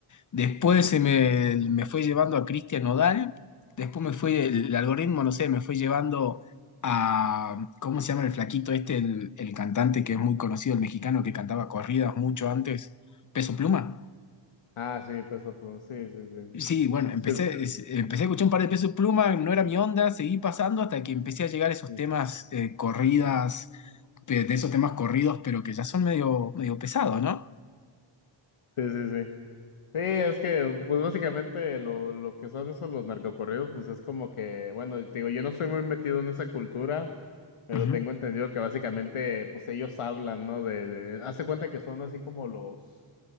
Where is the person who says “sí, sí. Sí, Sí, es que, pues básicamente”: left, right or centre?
Left